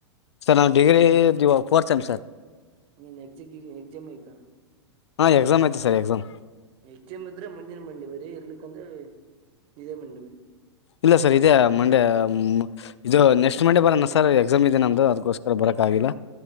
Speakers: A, on the left (about 70°); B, on the right (about 40°).
A: ಸರ್ ನಾವು ಡಿಗ್ರಿ ಇದ ಫೋರ್ತ್ ಸೆಮ್ ಸರ್
B: ನೀನ್ ಎಕ್ಜಿ ಎಕ್ಸಾಮ್ ಐತ
A: ಹಾ ಎಕ್ಸಾಮ್ ಐತೆ ಸರ್ ಎಕ್ಸಾಮ್
B: ಎಗ್ಜಾಮ್ ಇದ್ರೆ ಮುಂದಿನ ಮಂಡಿ ಬರೀ ಇರ್ಲಿಕ್ಕಂದ್ರೆ ಇದೇ ಮಂಡಿ ಬರೀ
A: ಇಲ್ಲ ಸರ್ ಇದೆ ಮಂಡೆ ಇದು ನೆಕ್ಸ್ಟ್ ಮಂಡೆ ಬರೋಣ ಸರ್ ಎಕ್ಸಾಮ್ ಇದೆ ನಮ್ದು ಅದಕ್ಕೋಸ್ಕರ ಬರಕ್ ಆಗಿಲ್ಲ